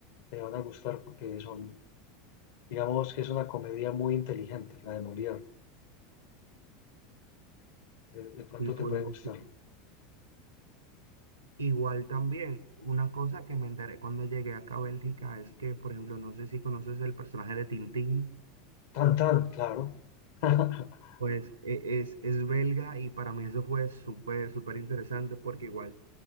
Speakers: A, on the left; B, on the right.
A: te van a gustar porque son, digamos que es una comedia muy inteligente, la de Molière. De, de pronto
B: y pude
A: te puede
B: investigar.
A: gustar.
B: Igual también, una cosa que me enteré cuando llegué acá a Bélgica es que, por ejemplo, no sé si conoces el personaje de Tintín,
A: Tan, tan, claro. <laughs>
B: pues e- es, es belga y para mí eso fue súper, súper interesante porque igual